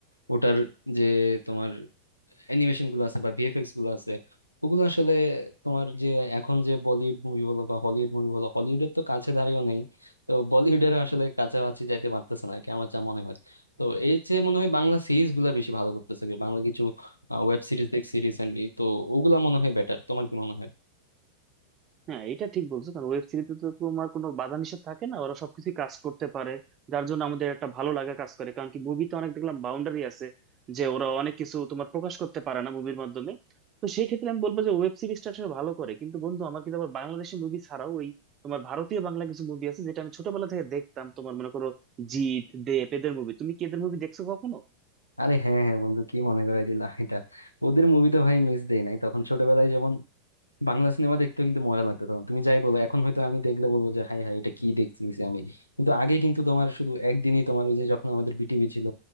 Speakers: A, on the left; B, on the right.
A: ওটার যে তোমার অ্যানিমেশন গুলো আছে বা ভিএফএক্স গুলো আছে ওগুলো আসলে তোমার যে এখন যে বলিউড মুভি বলো বা হলিউড মুভি বলো হলিউডের তো কাছে দাঁড়িয়েও নেই তো বলিউডেরও আসলে কাছাকাছি যাইতে পারতেছে না আর কি আমার যা মনে হয় তো এর চেয়ে মনে হয় বাংলা সিরিজ গুলা বেশি ভালো করতেছে কি বাংলা কিছু ওয়েব সিরিজ দেখছি রিসেন্টলি তো ওগুলা মনে হয় বেটার তোমার কি মনে হয়
B: হ্যাঁ এটা ঠিক বলছো কারণ ওয়েব সিরিজে তো তোমার কোনো বাধা নিষেধ থাকে না ওরা সবকিছু কাজ করতে পারে যার জন্য আমাদের একটা ভালো লাগা কাজ করে কারণ কি মুভিতে অনেক দেখলাম বাউন্ডারি আছে যে ওরা অনেক কিছু তোমার প্রকাশ করতে পারে না মুভির মাধ্যমে তো সেই ক্ষেত্রে আমি বলবো যে ওয়েব সিরিজটা আসলে ভালো করে কিন্তু বন্ধু আমার কিন্তু আবার বাংলাদেশি মুভি ছাড়াও ওই তোমার ভারতীয় বাংলা কিছু মুভি আছে যেটা আমি ছোটবেলা থেকে দেখতাম তোমার মনে করো জিত দেব এদের মুভি তুমি কি এদের মুভি দেখছো কখনো
A: আরে হ্যাঁ হ্যাঁ বন্ধু কি মনে করাই দিলা এটা ওদের মুভি তো ভাই মিস দেই নাই তখন ছোটবেলায় বাংলা সিনেমা দেখতেও কিন্তু মজা লাগতো তখন তুমি যাই বলো এখন হয়তো আমি দেখলে বলবো যে হাই হাই এটা কি দেখতেছি আমি কিন্তু আগে কিন্তু তোমার শুধু একদিনই তোমার ওই যে যখন আমাদের বিটিভি ছিল